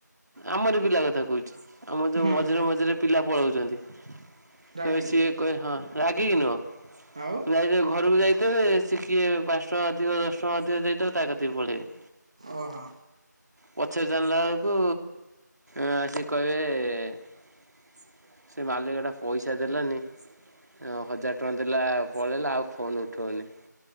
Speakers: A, on the right; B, on the right.
A: ଆମର ପିଲା କଥା କହୁଛି। ଆମର ଯୋଉ
B: ହୁଁ
A: ମଝିରେ ମଝିରେ ପିଲା ପଳାଉଛନ୍ତି
B: ରାଗିକି
A: ତ ସିଏ କହିବେ ହଁ ରାଗିକିି ନୁହଁ
B: ଆଉ
A: ଯାଇଥିବେ ଘରକୁ ଯାଇଥେବେ ସେ କିଏ ପାଞ୍ଚ ଟଙ୍କା ଅଧିକ ଦଶ ଟଙ୍କା ଅଧିକ ଦେଇଥବ ତାକ ତିକି ପଳେଇବେ।
B: ଓହୋ
A: ପଛରେ ଜାଣିଲା ବେଳକୁ ଆସି କହିବେ ସେ ମାଲିକଟା ପଇସା ଦେଲାନି ହଜାର ଟଙ୍କା ଦେଲା ପଳେଇଲା ଆଉ ଫୋନ୍ ଉଠାଉନି।